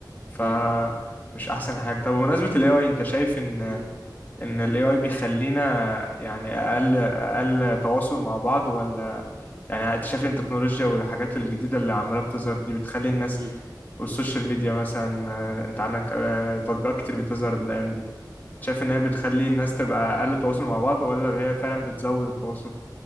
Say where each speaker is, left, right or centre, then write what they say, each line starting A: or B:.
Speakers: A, on the left; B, on the right.
A: ف
B: مم.
A: مش احسن حاجة طب بمناسبة ال AI انت شايف ان
B: مم.
A: ان ال AI بيخلينا يعني اقل اقل تواصل مع بعض ولا يعني اكتشاف التكنولوجيا والحاجات الجديدة اللي عمالة بتظهر دي بتخلي الناس
B: مم.
A: والسوشيال ميديا مثلا آه، انت عندك آه، تطبيقات كتير بتظهر الايام دي شايف ان هي بتخلي الناس تبقى اقل تواصل مع بعض ولا هي فعلا بتزود التواصل